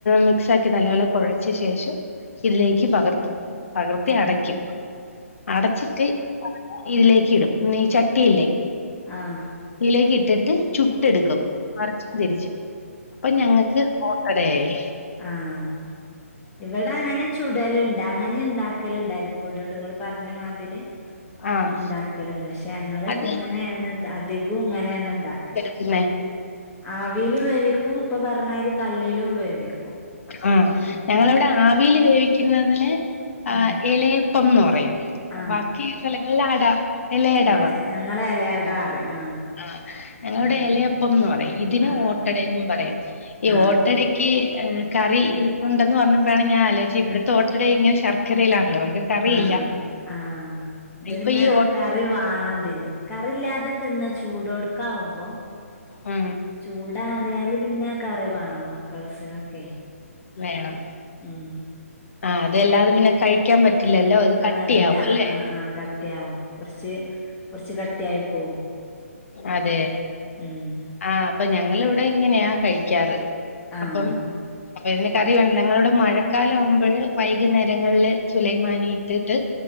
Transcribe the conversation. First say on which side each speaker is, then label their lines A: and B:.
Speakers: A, on the left; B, on the left.
A: മിക്സ് ആക്കി നല്ലപോലേ കൊഴച്ച ശേഷം ഇതിലേക്ക് പകർത്തും പകർത്തി അടയ്ക്കും അടച്ചിട്ട് ഇതിലേക്ക് ഇടും ചട്ടിയില്ലേ
B: ആഹ്
A: ഇതിലേക്ക് ഇട്ടിട്ട് ചുട്ടെടുക്കും മറച്ചും തിരിച്ചും അപ്പൊ ഞങ്ങക്ക് ഓക്കടയായി
B: ആഹ് ഇവിടെ അങ്ങനെ ചുടല്ണ്ട് അങ്ങനെ ഇണ്ടാക്കല്ണ്ട് അരി പോടീയോണ്ട് ഇങ്ങള് പറഞ്ഞ മാതിരി.
A: ആഹ്
B: ഇണ്ടാക്കല്ണ്ട് പക്ഷെ ഞങ്ങള്
A: അത്
B: ഇങ്ങനെണ് അധികവും ഇങ്ങനെണ് ഇണ്ടാക്കല്
A: പിന്നെ
B: ആവിയിലും വേവിക്കും ഇപ്പൊ പറഞ്ഞാരി കല്ലിലും വേവിക്കും
A: ആ
B: ഉം.
A: ഞങ്ങളവിടെ ആവിയില് വേവിക്കുന്നതിന് ആ
B: ഉം.
A: എലെ പ്പം ന്നു പറയും
B: ആ!
A: ബാക്കി സ്ഥലങ്ങളില അട എലയട
B: ആ ഞങ്ങള എലടാന്ന്അറയും ആ
A: ആ ഞങ്ങളടെ
B: ഉം.
A: എലയപ്പംന്ന് പറയും ഇതിന്
B: ആ.
A: ഓട്ടടെന്ന് പറയും ഈ
B: ആ.
A: ഓട്ടട കറി ഉണ്ടന്ന് പറഞ്ഞപ്പോഴാണ് ഞാൻ ആലോയിച്ചെ ഇവിടത്തെ ഓട്ടട ഇങ്ങനെ ശർക്കരയിലാണല്ലോ നമുക്ക് കറിയില്ല
B: ആഹ് ആഹ് ഇത്
A: ഇപ്പൊ
B: പിന്നെ
A: ഈ ഓ
B: കറി വാണം ഇതിന് കറില്ലാതെ തിന്ന ചൂടൊട്ക്കാവുമ്പോ
A: ഉം
B: ചൂടാ ആറിയാല് പിന്നെക്കറി വാണം കൾസിനൊക്കെ
A: വേണം
B: ഉം
A: ആഹ് അതെല്ലാതും പിന്നെ കഴിക്കാൻ പറ്റില്ലല്ലോ അത് കട്ടിയാവുംല്ലേ
B: ആഹ് ഇല്ല ആഹ് ആഹ് കട്ട്യാവും കൊർച്ച് കൊർച്ച് കട്ട്യായി പോവും.
A: അതെ.
B: ഉം.
A: ആഹ് അപ്പൊ ഞങ്ങള് വ്ടെ ഇങ്ങനേയാ കഴിക്കാറ്
B: ആഹ്
A: അപ്പം അപ്പൊ ഇതിനേ കറി വേണം ഞങ്ങളവടേ മഴക്കാലം ആവുംമ്പഴ് വൈകുന്നേരങ്ങളില് സുലൈമാനി ഇട്ടിട്ട്